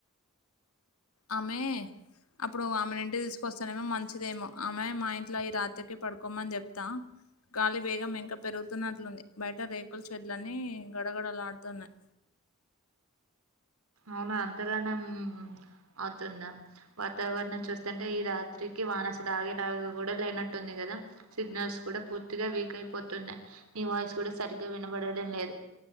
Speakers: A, on the left; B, on the right.
A: అమే అప్పుడు ఆమెను ఇంటి తీసుకొస్తానేమో మంచిదేమో ఆమె మా ఇంట్లో ఈ రాత్రికి పడుకోమని చెప్తా గాలి వేగం ఇంకా పెరుగుతున్నట్లుంది బయట రేకుల చెడ్లన్నీ గడగడలా ఆడుతున్నాయి
B: అవునా అంతగానం అవుతుందా వాతావరణం చూస్తంటె ఈ రాత్రికి వానసలు ఆగేలాగ కూడా లేనట్టుంది కదా సిగ్నల్స్ కూడా పూర్తిగా వీక్ అయిపోతున్నాయి నీ నివాయిసు కూడా సరిగ్గా వినబడడం లేదు